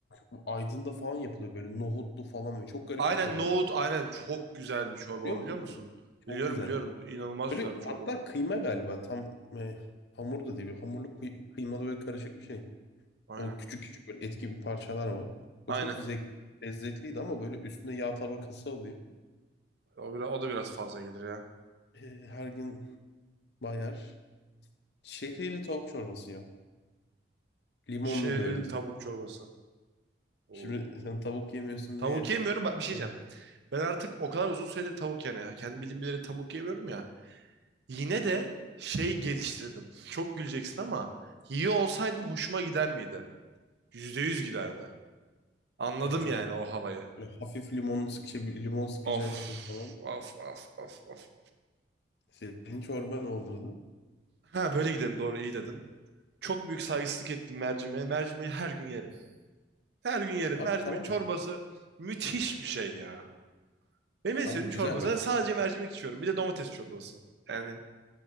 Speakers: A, on the left; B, on the right.
A: Bu Aydın'da falan yapılıyor böyle nohutlu falan böyle çok garip
B: Aynen
A: bir çorba.
B: nohut aynen çok güzel bir çorba
A: Biliyor musun
B: biliyor musun?
A: onu? Çok
B: Biliyorum
A: güzel.
B: biliyorum. İnanılmaz
A: Böyle
B: güzel bir çorba.
A: hatta kıyma galiba tam e, hamur da değil böyle hamurlu kıy- kıymalı böyle karışık bir şey.
B: Aynen.
A: O küçük küçük böyle et gibi parçalar var.
B: Aynen.
A: O çok zevk, lezzetliydi ama böyle üstünde yağ tabakası oluyor.
B: O, biraz, o da biraz fazla gelir ya.
A: E, her gün bayar. Şehriyeli tavuk çorbası ya. Limonlu
B: Şehriyeli
A: böyle.
B: tavuk çorbası. Oo.
A: Şimdi sen tavuk yemiyorsun
B: Tavuk
A: diye
B: yemiyorum. Bak bir şey
A: e,
B: diyeceğim. Ben artık o kadar uzun süredir tavuk yani ya. Kendi bildiğim bileli tavuk yemiyorum ya. Yine de şey geliştirdim. Çok güleceksin ama yiyor olsaydım hoşuma gider miydi? yüzde yüz giderdi. Anladım
A: abi çok
B: yani o havayı.
A: böyle hafif limon, sık- şey, bir limon sıkacaksın
B: Of,
A: falan.
B: of, of, of, of.
A: Senin çorba ne olurdu?
B: Ha böyle gidelim doğru iyi dedin. Çok büyük saygısızlık ettim mercimeğe. Mercimeği her gün yerim. Her gün yerim.
A: Abi
B: Mercimek
A: tamam.
B: çorbası müthiş bir şey ya. Benim en
A: Abi
B: sevdiğim çorba.
A: güzel
B: Zaten
A: bak.
B: sadece mercimek içiyorum. Bir de domates çorbası. Yani